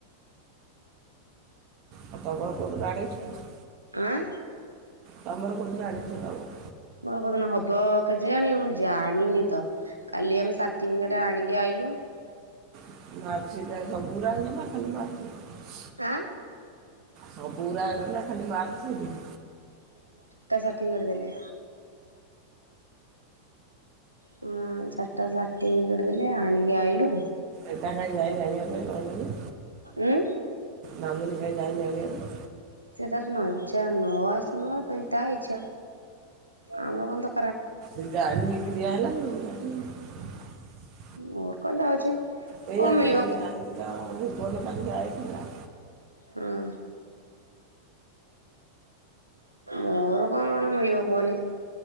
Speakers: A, on the right (about 40°); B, on the right (about 85°).
A: ଆଉ ତାଙ୍କର କୋଉଠି ଗାଡିଛି କଣ?
B: ଆଁ
A: ତମର କୋଉଥିରେ ଆଡମିସନ୍ କରିଲ?
B: ମୋର କୋଉଦିନ ହବ କେଜାଣି ମୁଁ ଜାଣିନି ତ। କାଲି ଆମେ ସାଟିଫିକେଟ ଆଣିକି ଆଇଲୁ।
A: <unintelligible>
B: ଆଁ।
A: ସବୁ ଗୁରା ଆଣିଲନା ଖାଲି ମାର୍କସିଟ୍।
B: ତା ସାର୍ଟିଫିକେଟ ଦେଲେ। ହଁ ଚାରଟା ସାଟି କରିଦେଲେ ଆଣିକି ଆଇଲୁ।
A: ଏଟା ଖାଇବା ଏଇ ଆଣିବା ପାଇଁ ଗଲୁନି।
B: ଉଁ।
A: ମାମୁନି କାଇ ଯାଇନି ଆଣିଆକୁ।
B: ସେ ତାର ନ ଯାଉ ନ ଆସୁ ନବା ପାଇଁ ତା ଇଚ୍ଛା ଆମର ଙ୍କ ଦ
A: ଏଇ ଯାଇ ଏଠି ଦିଆହେଲା ଆଉ। <unintelligible>
B: ମର କଣ ଯାଉଛି।
A: ସେଇଆକୁ
B: କଣ ମିଳିବ
A: କାଲି
B: କୁ
A: ଯାଇଥିଲା। ଆଉ ଭୁବନ କାଲି ଯାଇଥିଲା।
B: ହଁ। ମୋର କଣ ମିଳିବ କୁହନି